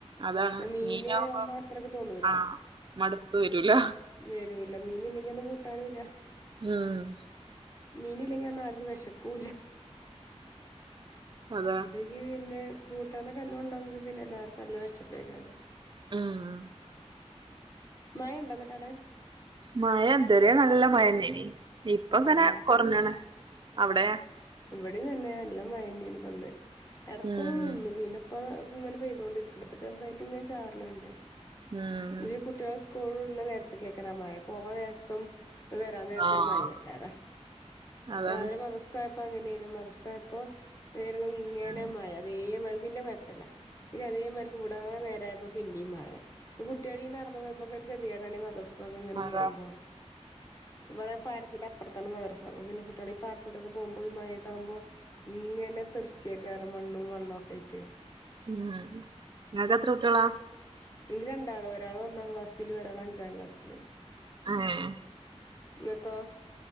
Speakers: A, on the right; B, on the left.
A: അതാണ്
B: ആ മീന്
A: മീനാവുമ്പോ
B: ആവുമ്പോ അത്രക്കെ തോന്നൂരാ
A: ആഹ് മടുപ്പ് വരൂല
B: വെറു ഇല്ല മീന് ഇല്ലെങ്കിൽ അന്ന് കൂട്ടാനും ഇല്ല
A: ആഹ്
B: മീനില്ലെങ്കിൽ അന്ന് ആർക്കും വിശക്കൂല്ല
A: അതെ
B: ഈ പിന്നെ കൂട്ടാനക്കെ നല്ലോം ഉണ്ടാങ്കി പിന്നെ എല്ലാവർക്കും നല്ല വിഷപ്പേക്കാറു
A: അഹ്
B: മഴ ഉണ്ടന്നിട്ടാട?
A: മഴ എന്തരെ നല്ല മഴന്നെ നീ ഇപ്പ ഇങ്ങനെ
B: ആഹ്
A: കൊറഞ്ഞാണ് അവിടെ?
B: ഇവിടെ തന്നെ നല്ലാം മയനീന പന്ന് ഇടക്കൊന്ന്
A: ഉം
B: നിന്നു പിന്നെ പ ഇപ്പ ഇങ്ങനെ പെയ്ത് കൊണ്ടിരിക്കണ്ട് ഇപ്പൊ ചെറുതായിട്ട് ഇങ്ങന ചാറനുണ്ട്
A: ഉം
B: ഇനി ഈ കുട്ടികളെ സ്‌ കൂളില് വിടുന്ന നേരത്ത് കേക്കറ മഴ പോവാൻ നേരത്തും വരാ ച്ചൊരു
A: ആഹ്
B: മഴയേക്കാറാ
A: അതാണ്
B: രാവിലെ മദ്‌രസ്‌ കൊഴപ്പങ്ങനെയാണു മദസ്കായപ്പോ നേരും ഇങ്ങനെ
A: ഉം
B: മഴ അതേമാതിരി പിന്നെ കൊഴ പ്പില്ല പിന്നെ അതേമാര്ക്ക് വിടാ നേരായപ്പോ പിന്നെയും മഴ ത് കുട്ടികളീ നടന്നു പോയുമ്പോക്കൊരു ഗതികേടാണി ഈ മദ്രസ്നൊക്കെ ഇങ്ങനെ
A: അതാ
B: പോരുമ്പോ ഇവിടെ പാടത്തിന്റെ അപ്പറത്താണ് മദ്രസ അപ്പൊ പിന്നെ കുട്ടികളി പാടത്തി കൂടെയൊക്കെ പോകുമ്പോ ഈ മയത്താവുമ്പോ ഇങ്ങനെ തെർച്ചിയേക്കാറേ മണ്ണും വെള്ളവും ഒക്കായിട്ടേ
A: ഉം നിങ്ങക്ക് എത്ര കുട്ടികളാ
B: എനിക്ക് രണ്ടാള് ഒരാള് ഒന്നാം ക്ലാസിലും ഒരാള് അഞ്ചാം ക്ലാസിലും
A: ആഹ്
B: നിങ്ങക്കോ